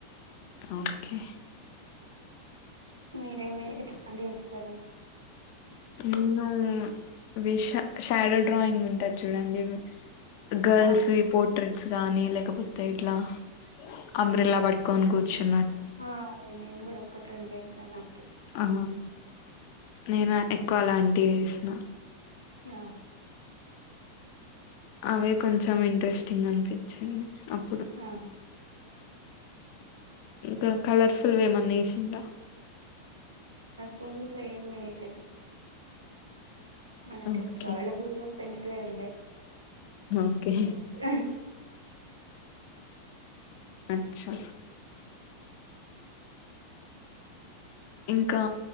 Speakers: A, on the left; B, on the right.
A: ఓకే
B: మీరేమి ఎట్లాంటియి ఎస్తరు
A: నేను విష షాడో డ్రాయింగ్ ఉంటది చూడండి గర్ల్స్
B: ఆ
A: వి పోర్ట్రెట్స్ గానీ లె కాపోతే ఇట్లా అంబ్రిల్లా పట్టుకొని కూర్చున్న
B: ఆ నేను గుడా ఒకట్రెండు ఎసాను అ
A: ఆ నేను ఎక్కువ అలాంటియి ఎసిన
B: ఆ
A: అవే కొంచెం ఇంట్రెస్టింగ్ అనిపించింది అప్పుడు
B: ఆ
A: ఇంకా కలర్ఫుల్ వేమన్న ఎసిండ్రా
B: ఫుల్ వేమ్ ఏయ్యలేదు మనకి
A: ఓకే
B: అప్పుడు అవైలబుల్ గా పెన్సిలే ఉండే
A: ఓకే
B: పెన్సిల్
A: అచ్చా ఇంకా